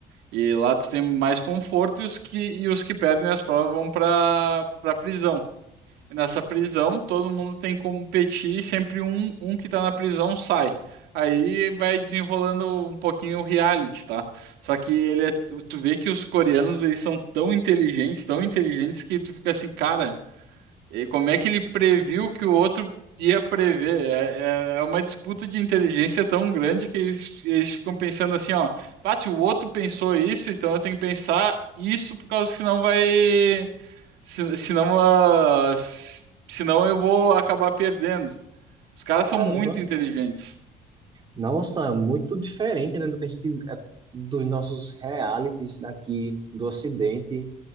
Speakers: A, on the right; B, on the right.
A: E lá tu tem mais conforto e os que, e os que perdem as provas vão para para prisão. E nessa prisão, todo mundo tem que competir, e sempre um, um que tá na prisão sai. Aí vai desenrolando um pouquinho o reality, tá? Só que ele é, tu vê que os coreanos, eles são tão inteligentes, tão inteligentes que tu fica assim, cara, e como é que ele previu que o outro ia prever? É, é- é uma disputa de inteligência tão grande que eles, eles ficam pensando assim, ó, pá, se o outro pensou isso, então eu tenho que pensar isso por causa que senão vai, se, senão, ah, se- senão eu vou acabar perdendo. Os caras
B: Caramba!
A: são muito inteligentes.
B: Nossa, é muito diferente, né, do que a gente, é, dos nossos realities daqui do Ocidente.